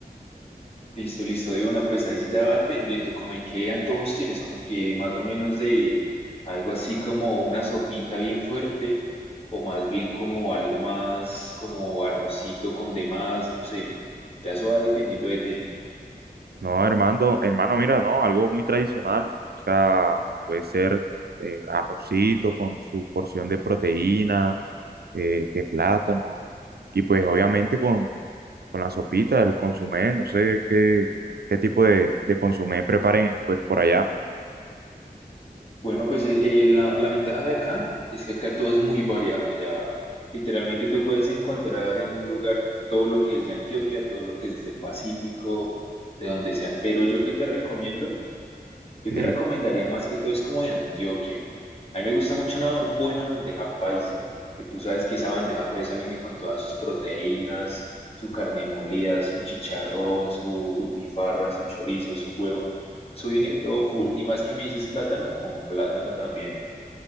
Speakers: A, on the left (about 40°); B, on the right (about 80°).
A: Listo, listo, de una. Pues ahí sí ya va dependiendo, como de qué antojos tienes, como que más o menos de algo así como una sopita bien fuerte, o más bien como algo más como arrocito con demás, no sé. Ya eso va dependiendo de ti.
B: No, hermano, hermano, mira, no, algo muy tradicional. O sea, puede ser eh, arrocito con su porción de proteína eh, que plátano, y pues obviamente con, con la sopita, el consomé, no sé qué, qué tipo de, de consomé preparen pues por allá.
A: Bueno, pues eh, eh, la, la ventaja de acá es que acá todo es muy variado. Allá literalmente tú puedes encontrar en un lugar todo lo que es de Antioquia, todo lo que es del Pacífico, de donde sea. Pero yo que te recomiendo Yo
B: Sí.
A: te recomendaría más que todo es como de Antioquia. A mí me gusta mucho una buena bandeja paisa, que tú sabes que esa bandeja paisa viene con todas sus proteínas, su carne molida, su chicharrón, su butifarra, su chorizo, su huevo. Eso viene todo full. Y más que me dices plátano, con plátano también.